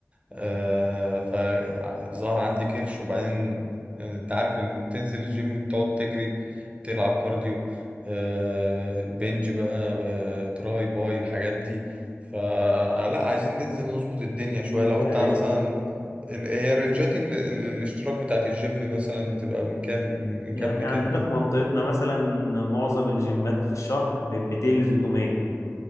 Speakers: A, on the right (about 25°); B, on the left (about 80°).
A: آه، فظهر عندي كرش وبعدين انت عارف ان تنزل الجيم بتقعد تجري تلعب كارديو آه، بنج بقى آه، تراي باي الحاجات دي فلا عايزين ننزل نظبط الدنيا شوية لو
B: يا
A: انت
B: ريت
A: مثلا ال- هي رنجات ال... ال- الاشتراك بتاعت الجيم مثلا بتبقى من كام من
B: يعني
A: كام لكام
B: عندنا
A: كده
B: في منطقتنا مثلا معظم الجيمات في الشهر بين 200 ل 300